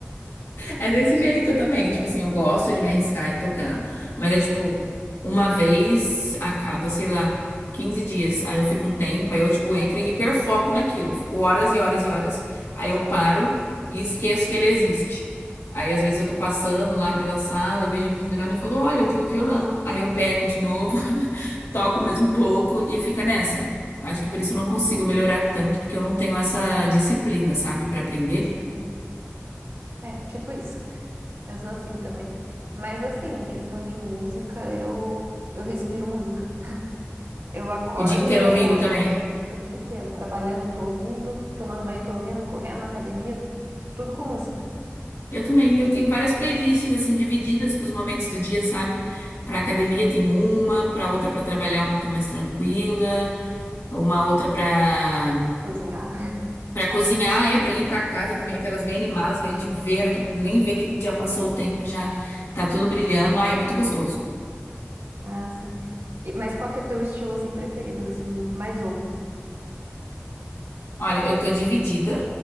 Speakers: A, on the left; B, on the right.
A: É desse jeito, eu também. Tipo assim, eu gosto de me arriscar e tocar, mas é tipo, uma vez a cada, sei lá, 15 dias. Aí eu fico um tempo, aí eu, tipo, entro em hiperfoco naquilo. Fico horas
B: Uhum.
A: e horas e horas. Aí eu paro e esqueço que ele existe. Aí às vezes eu tô passando lá pela sala, eu vejo ele pendurado, e falo, olha, eu tenho violão. Aí eu pego de novo, <laughs> toco mais um pouco e fica nessa. Acho que por isso eu não consigo melhorar tanto, porque eu não tenho essa disciplina, sabe, pra aprender.
B: Sim. É, tipo isso. Eu sou assim também. Mas assim, em questão de música, eu eu respiro música. Eu acordo,
A: O dia inteiro
B: eu já
A: ouvindo
B: coloco
A: também.
B: algo- o dia inteiro trabalhando, eu tô ouvindo, tomando banho, eu tô ouvindo, correndo, academia, tudo com música.
A: Eu também, eu tenho várias playlists assim divididas para os momentos do dia, sabe? Para academia tem uma, para outra para trabalhar um pouquinho mais tranquila, uma outra para
B: Cozinhar,
A: para cozinhar, é para limpar a casa também, aquelas bem animadas que a gente vê, a hora que nem vê que já passou o tempo, e já tá tudo brilhando. Ai, é muito gostoso.
B: <laughs> ah, sim. E- mas qual que é o teu estilo assim preferido que você mais ouve?
A: Olha, eu tô dividida,